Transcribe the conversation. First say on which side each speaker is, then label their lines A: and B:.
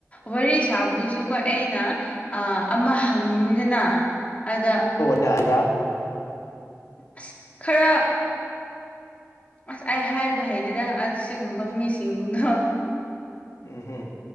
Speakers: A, on the left (about 25°); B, on the left (about 80°).
A: ꯋꯥꯔꯤ ꯁꯥꯕꯗꯨꯁꯨꯀꯣ ꯑꯩꯅ ꯑꯃ ꯍꯪꯅꯤꯗꯅ ꯑꯗ
B: ꯅꯦ ꯍꯥꯏ꯭ꯔꯥ <unintelligible>
A: ꯑꯁ ꯈꯔ ꯑꯁ ꯑꯩ ꯍꯥꯏꯕ ꯍꯩꯇꯦꯘ ꯑꯁ ꯁꯤꯈꯨꯝꯕꯥ ꯃꯤꯁꯤꯡꯘꯣꯗꯨꯅꯣ
B: ꯎꯝ ꯍꯨꯝ